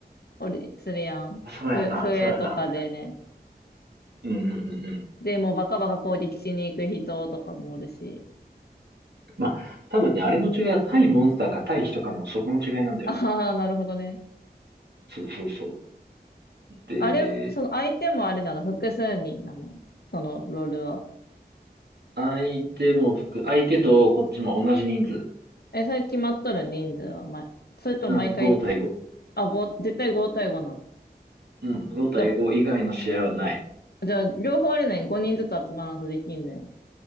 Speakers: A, on the left; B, on the right.
A: おり、するやん。
B: ー、そうやな、
A: ふ、笛とかでね。
B: そうやな。うんうんうんうん。
A: で、もうバカバカ攻撃しに行く人とかもおるし。
B: まあ、多分ね、あれの違いは対モンスターか対人かのそこの違いなんだよな。
A: ああ、なるほどね。
B: そうそうそう。で、
A: あれ、その相手もあれなの、複数人なの、そのロールは。
B: 相手も含、相手とこっちも同じ人数。
A: え、それ決まっとる人数は、ま、それとも毎回、
B: うん、5対5。
A: あ、ご絶対5対5なの。
B: うん、5対5以外の試合はない。
A: じゃあ、じゃあ、両方あれなに5人ずつ集まらんとできんのよ。